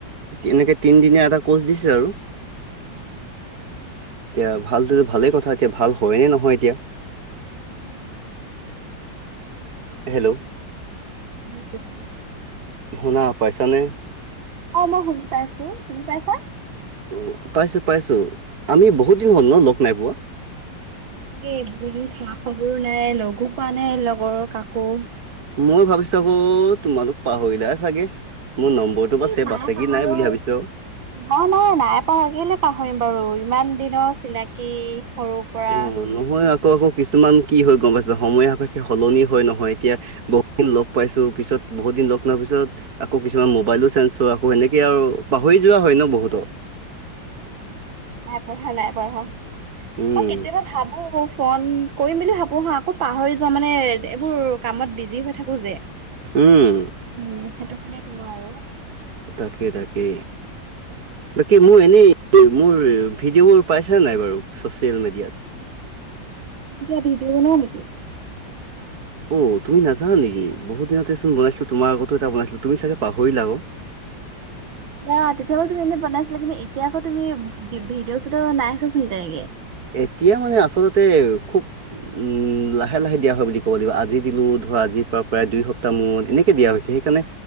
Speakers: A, on the right (about 85°); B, on the right (about 50°).
A: অ',
B: এনেকে
A: অ'।
B: তিনদিনীয়া এটা কোৰ্চ দিছে আৰু
A: অ <unintelligible>
B: এতিয়া ভালটো ভালেই কথা এতিয়া ভাল হয়নে নহয় এতিয়া
A: <unintelligible>
B: হেল্ল'
A: নি্চ <unintelligible>
B: শুনা পাইছা নে
A: অ মই শুনি পাইছো। তুমি পাইছা?
B: অ পাইছো পাইছো। আমি বহুত
A: অ
B: দিন হ'ল ন লগ নাই পোৱা?
A: তাকে বহুত দিন খা-খবৰো নাই লগো পোৱা নাই লগৰ কাকো।
B: মই ভাবিছো আকৌ তোমালোক পাহৰিলা চাগে। মোৰ নম্বৰ- নম্বৰ
A: এই
B: চেভ আছে
A: পাহৰো
B: কি নাই বুলি ভাবিছোঁ।
A: নাই নাই নাই পাহাৰ কেলে পাহৰিম বাৰু ইমান দিনৰ চিনাকি সৰুৰ পৰা।
B: অ নহয় আকৌ আকৌ কিছুমান কি হৈ গম পাইছে সময় সাপেক্ষে সলনি হয় নহয় এতিয়া। বহুত দিন লগ পাইছোঁ পিছত বহুত দিন লগ নোপোৱাৰ পিছত। আকৌ কিছুমান মোবাইলো চেঞ্জ হোৱা আকৌ সেনেকে আৰু পাহৰি যোৱা হয় ন বহুতক।
A: নাই পঢ়া, নাই পঢ়া।
B: উম
A: মই কেতিয়াবা ভাবো ফোন কৰিম বুলি ভাবো হা আকৌ পাহৰি- মানে এইবোৰ কামত বিজি হৈ থাকো যে।
B: উম।
A: উম সেইটো কাৰণে তোমাৰ আৰু।
B: তাকে, তাকে। বাকী মোৰ এনেই মোৰ ভিডিঅ'বোৰ পাইছে নাই বাৰু ছচিয়েল মিডিয়াত?
A: এতিয়া ভিডিঅ বনোৱা নেকি?
B: অ তুমি নাজানা নেকি বহুদিনতে চোন বনাইছিলো তোমাৰ আগত এটা বনাইছিলো তুমি চাগে পাহৰিলা অ।
A: তেতিয়া তেতিয়া বাৰু তুমি এনেই বনাইছিলা। কিন্তু এতিয়া আকৌ তুমি ভিডিঅ চিডিঅ নাই চোৱাচোন তেনেকে।
B: এতিয়া মানে আচলতে খুব। উম লাহে লাহে দিয়া হয় বুলি ক'ব লাগিব আজি দিলো ধৰ আজিৰ পৰা প্ৰায় দুই সপ্তাহ মূৰত এনেকে দিয়া হৈছে। সেইকাৰণে